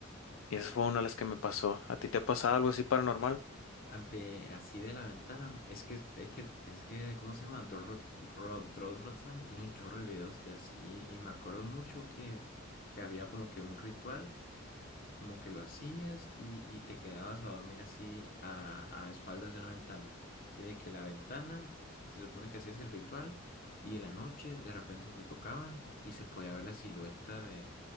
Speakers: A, on the left; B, on the left.
A: Y esa fue una de las que me pasó. ¿A ti te ha pasado algo así paranormal?
B: Ah, De, así de la ventana. Es que, es que, es que, ¿cómo se llama? Dross Rotzank tiene un chorro de videos de así. Y me acuerdo mucho que, que había como que un ritual. como que lo hacías y, y te quedabas a dormir así a, a espaldas de una ventana. Y de que la ventana, se supone que hacías el ritual y en la noche de repente te tocaban y se podía ver la silueta de,